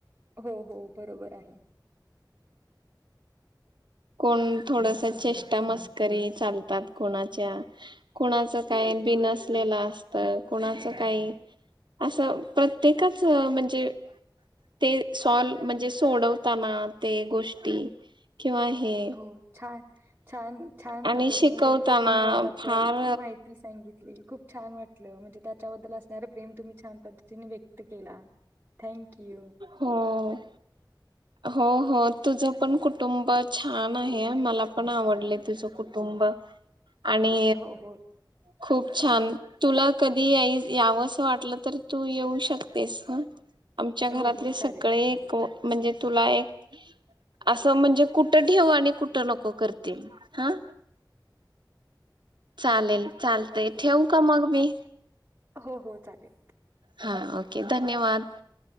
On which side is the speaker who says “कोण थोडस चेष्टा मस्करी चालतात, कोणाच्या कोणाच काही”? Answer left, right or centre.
Right